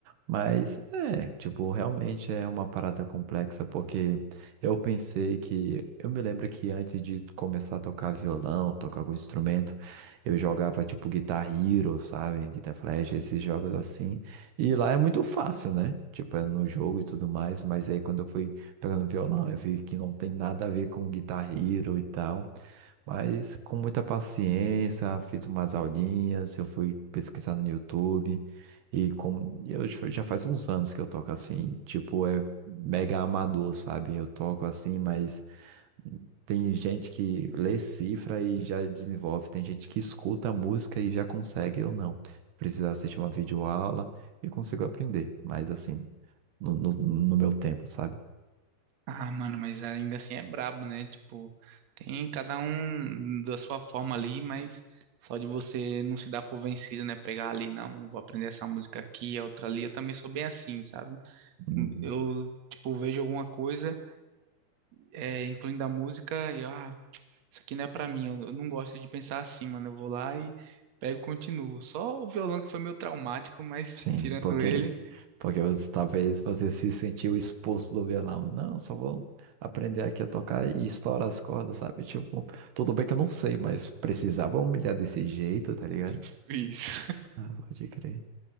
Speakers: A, on the right; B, on the right.
A: Mas, é, tipo, realmente é uma parada complexa, porque eu pensei que... Eu me lembro que antes de começar a tocar violão, tocar algum instrumento, eu jogava, tipo, Guitar Hero, sabe? Guitar Flash, esses jogos assim. E lá é muito fácil, né? Tipo, é no jogo e tudo mais, mas aí quando eu fui pegando violão, eu vi que não tem nada a ver com Guitar Hero e tal. Mas com muita paciência, fiz umas aulinhas, eu fui pesquisar no YouTube. E como eu já já faz uns anos que eu toco assim, tipo, é mega amador, sabe? Eu toco assim, mas tem gente que lê cifra e já desenvolve, tem gente que escuta a música e já consegue, eu não. Preciso assistir uma videoaula e consigo aprender, mas assim, no, no, no meu tempo, sabe?
B: Ah, mano, mas ainda assim é brabo, né? Tipo, tem cada um da sua forma ali, mas só de você não se dar por vencido, né? Pegar ali, não, mano, eu vou aprender essa música aqui, a outra ali. Eu também sou bem assim, sabe?
A: Uhum.
B: Eu, tipo, vejo alguma coisa, é, incluindo a música, e eu, ah, isso aqui não é pra mim. Eu, eu não gosto de pensar assim, mano. Eu vou lá e pego e continuo. Só o violão que foi meio traumático, mas
A: Sim,
B: tirando
A: porque,
B: ele,
A: porque você, talvez você se sentiu expulso do violão. Não, só vou aprender aqui a tocar e estourar as cordas, sabe? Tipo, tudo bem que eu não sei, mas precisava humilhar desse jeito, tá ligado?
B: <laughs> foi isso.
A: Ah, pode crer.